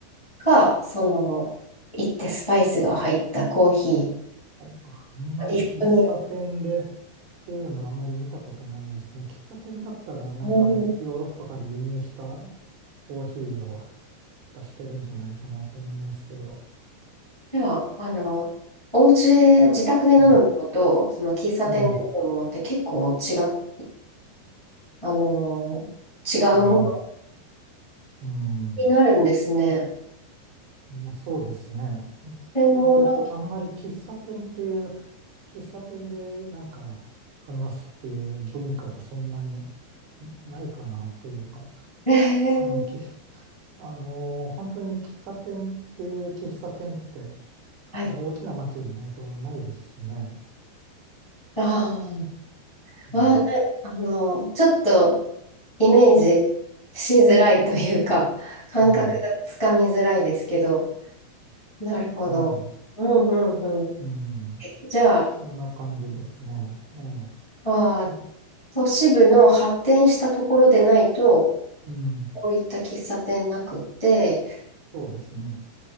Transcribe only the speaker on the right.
なんかあんまり喫茶店でっ
ていうのはあんまり見たことないですね。喫茶店だったらなんかヨーロッパから輸入した
コーヒーを出してるんじゃないかなって思いますけど。
うん、
うん、
うん、うん。
まあそうですね。
あんまり、
あんまり喫茶店っていう、喫茶店でなんか話すっていう文化がそんなにないかなっていうか。
うん、きあのー本当に喫茶店っていう喫茶店って、
えー大きな街にないとないですしね。
うん。
うん。
はい。
うん。
そんな感じですね。え
え。
うん。
そうですね。